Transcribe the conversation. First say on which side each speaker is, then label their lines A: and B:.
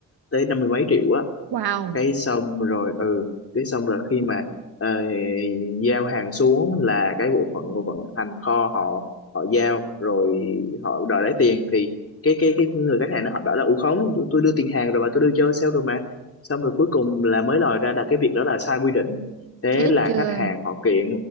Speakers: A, on the left (about 35°); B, on the right (about 70°).
A: tới năm mươi mấy triệu á
B: Wow.
A: cái xong rồi ừ cái xong rồi khi mà ờ, giao hàng xuống là cái bộ phận của vận hành kho họ họ giao rồi họ đòi lấy tiền thì cái cái cái người khách hàng nó họ bảo là u khống tôi tôi đưa tiền hàng rồi mà tôi đưa cho sale rồi mà xong rồi cuối cùng là mới lòi ra là cái việc đó là sai quy định thế
B: Chết
A: là
B: chưa?
A: khách hàng họ kiện